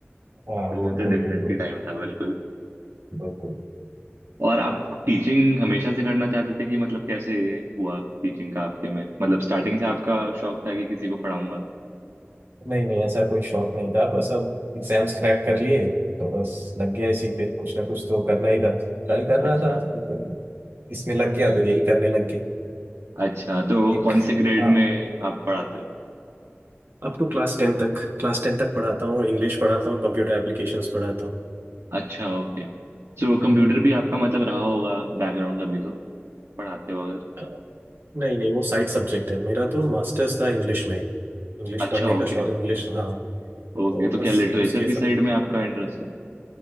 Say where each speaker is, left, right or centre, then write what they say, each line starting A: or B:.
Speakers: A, on the right; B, on the right.
A: हाँ
B: तो वो
A: बिल्कुल
B: तो डिफरेंट
A: बिल्कुल
B: ही टाइम था बिल्कुल
A: बिल्कुल
B: और आप टीचिंग हमेशा से करना चाहते थे कि मतलब कैसे हुआ टीचिंग का आपके में मतलब स्टार्टिंग से आपका शौक था कि किसी को पढ़ाऊंगा
A: नहीं नहीं ऐसा कोई शौक नहीं था बस अब एग्जाम्स क्रैक कर लिए तो बस लग गया इसी पे कुछ ना कुछ तो करना ही था ट्राई कर रहा
B: अच्छा
A: था लेकिन इसमें लग गया तो यही करने लग गया
B: अच्छा तो
A: एक
B: कौन से ग्रेड
A: हाँ
B: में आप पढ़ाते हो
A: अप टू क्लास टेन तक क्लास टेन तक पढ़ाता हूँ इंग्लिश पढ़ाता हूँ कंप्यूटर एप्लीकेशंस पढ़ाता हूँ
B: अच्छा ओके सो कंप्यूटर भी आपका मतलब रहा होगा बैकग्राउंड का भी तो पढ़ाते हो अगर
A: हाँ। नहीं नहीं वो साइड सब्जेक्ट है मेरा तो मास्टर्स था इंग्लिश में इंग्लिश
B: अच्छा
A: पढ़ने का
B: ओके
A: शौक इंग्लिश हाँ
B: ओके
A: तो
B: तो
A: बस
B: क्या लिटरेचर
A: उसके
B: की
A: सब
B: साइड में आपका इंटरेस्ट है